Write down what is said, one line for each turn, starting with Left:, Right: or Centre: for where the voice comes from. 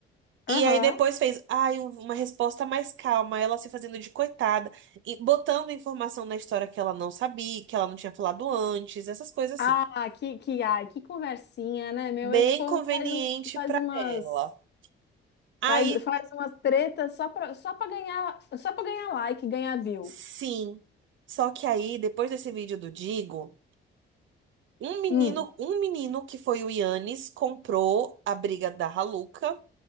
Left: Aham.
Right: E aí depois fez, ai, um, uma resposta mais calma, ela se fazendo de coitada, e botando informação na história que ela não sabia, que ela não tinha falado antes, essas coisas
Left: Ah,
Right: assim.
Left: que, que, ai, que conversinha, né, meu?
Right: Bem
Left: Esse povo
Right: conveniente
Left: faz, um- faz
Right: pra
Left: umas.
Right: ela. Aí,
Left: Faz, faz uma treta só pra, só pra ganhar, só pra ganhar like, ganhar view.
Right: sim. Só que aí, depois desse vídeo do Digo, um menino,
Left: Hum.
Right: um menino que foi o Yannis comprou a briga da Haluca.